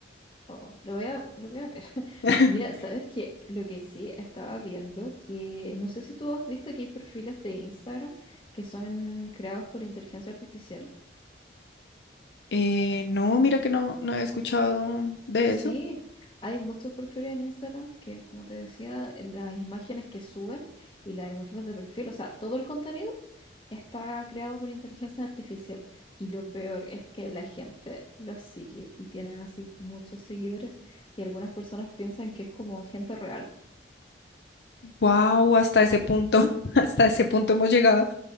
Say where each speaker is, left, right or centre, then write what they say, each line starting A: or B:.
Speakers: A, on the left (about 25°); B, on the left (about 75°).
A: Oh, lo voy a, lo voy a ver. <laughs>
B: <laughs>
A: Mira, ¿sabes qué? Lo que sí estaba viendo, que no sé si tú has visto que hay perfiles de Instagram que son creados por inteligencia artificial.
B: Eh, no, mira que no, no había escuchado de
A: Sí,
B: eso.
A: hay muchos perfiles en Instagram que, como te decía, las imágenes que suben y las imágenes de perfil, o sea, todo el contenido está creado por inteligencia artificial. Y lo peor es que la gente los sigue y tienen así muchos seguidores y algunas personas piensan que es como gente real
B: Wow, hasta ese punto, <laughs> hasta ese punto hemos llegado.